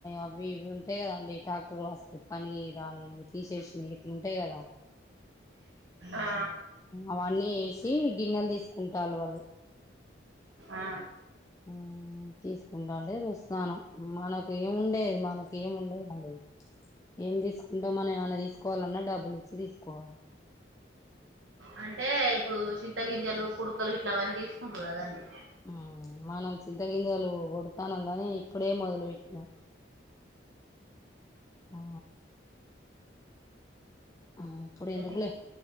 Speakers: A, on the left; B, on the right.
A: అవి ఇవి ఉంటయి కదండి టాక్టర్ వస్తువు పనికి రానివి తీసేసినయ్ ఉంటయి కదా
B: ఆ
A: అవన్నీ వేసి గిన్నెలు తీసుకుంటాలు వాళ్ళు
B: ఆ
A: మ్ తీసుకుంటాంటే చూస్తానం మనకు ఏముండే మనకు ఏముండయండి ఏం తీసుకుంటె మనం ఏమన్నా తీసుకోవాలన్న డబ్బులు ఇచ్చి తీసుకోవాలి
B: అ టే ఇప్పుడు చింతగిమ్ గింజలు కుడకలు ఇట్లా అవన్నీ తీసుకుంటారు కదా అండి
A: ఉ మనం చింతగిింజలు కొడతానం కానీ ఇప్పుడే మొదలు పెట్న ఆ ఆ ఇప్పుడు ఎందుకులే
B: ఎన్ని